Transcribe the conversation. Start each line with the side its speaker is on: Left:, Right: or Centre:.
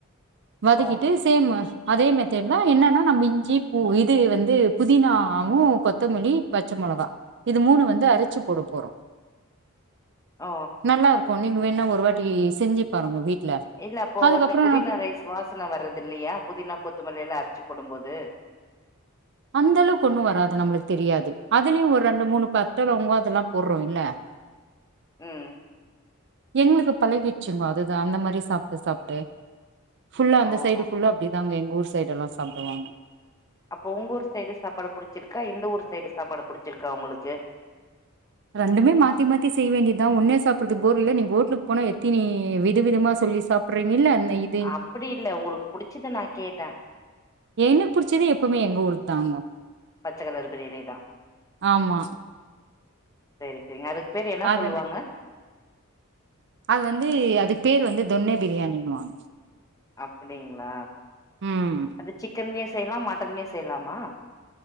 Right: வதக்கிட்டு
Left: ஓ
Right: சேம் அதே மெத்தேட் தா என்னன்னா நம்ம இஞ்சி பூ இது வந்து புதினாவு கொத்தமல்லியு பச்ச மொளகா இது மூணு வந்து அரச்சி போட போறோ
Left: ஓ
Right: நல்லா இருக்கு நீங்க வேணா ஒரு வாட்டி செஞ்சி பாருங்கோ வீட்ல
Left: இல்ல அப்போ
Right: அதுக்கப்றோ
Left: அந்த புதினா ரைஸ் வாசன வர்றதில்லையா புதினா கொத்தமல்லி எல்லா அரச்சி போடம் போது
Right: அந்தளவுக்கு ஒண்ணு வராது நம்ளுக்கு தெரியாது அதுலயு ஒரு ரெண்டு மூணு பட்ட லவங்கொ அதெல்லா போர்றோ இல்ல
Left: ம்
Right: எங்ளுக்கு பழகிட்ச்சுங்கோ அதுதா அந்த மாரி சாப்ட்டு சாப்ட்டு ஃபுல்லா அந்த
Left: ஓஹோ
Right: சைடு ஃபுல்லா இப்டி தாங்க ஊர் சைடு எல்லா சாப்டுவாங்
Left: அப்போ உங்க ஊர் சைடு சாப்பாடு புடிச்சிருக்கா இந்த ஊர் சைடு சாப்பாடு புடிச்சிருக்கா உங்களுக்கு
Right: ரெண்டுமே மாத்தி மாத்தி செய் வேண்டிதா ஒண்ணே சாப்புர்றதுக் போர் இல்ல நீங்க ஓட்லுக் போனா எத்தினி வித விதமா சொல்லி சாப் புர்றீங்கல்ல <unintelligible>
Left: அப்டி இல்ல உங்களுக்கு புடிச்சது நா கேட்ட
Right: எனக் புடிச்சது எப்பவ்மே எங்க ஊர் தாங்கோ
Left: பச்ச கலர் பிரியாணி தா
Right: ஆமா
Left: சேரி சேரிங்க அதுக் பேர் என்ன
Right: அதன்
Left: சொல்லுவாங்க
Right: அது வந்து அதுக்கு பேர் வந்து தொன்னே பிரியாணின்னுவாங்
Left: அப்டிங்களா
Right: ம்
Left: அது சிக்கன்லயு செய்லா மட்டன்லயு செய்லாமா